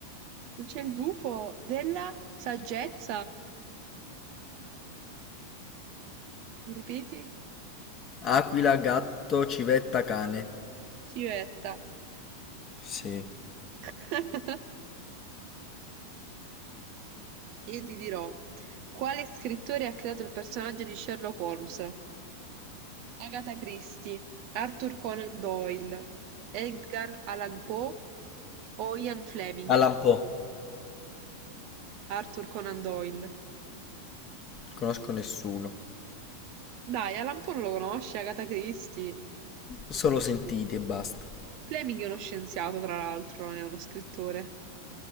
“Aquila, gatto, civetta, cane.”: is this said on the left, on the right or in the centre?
Left